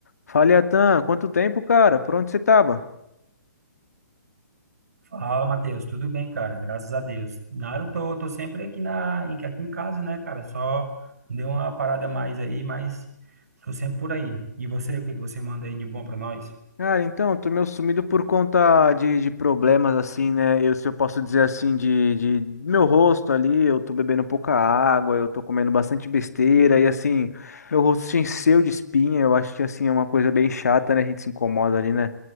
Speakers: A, on the left; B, on the right.
A: Fala, Atan, quanto tempo, cara? Por onde você tava?
B: Fala, Matheus. Tudo bem, cara? Graças a Deus. Nada, eu tô, tô sempre aqui, na, em- aqui em casa, né, cara? Só deu uma parada a mais aí, mas tô sempre por aí. E você, o que que você manda aí de bom pra nós?
A: Cara, então, eu tô meio sumido por conta de, de problemas, assim, né? Eu, se eu posso dizer assim, de, de do meu rosto ali, eu tô bebendo pouca água, eu tô comendo bastante besteira, e assim, meu rosto se encheu de espinha, eu acho que, assim, é uma coisa bem chata, né? A gente se incomoda ali, né?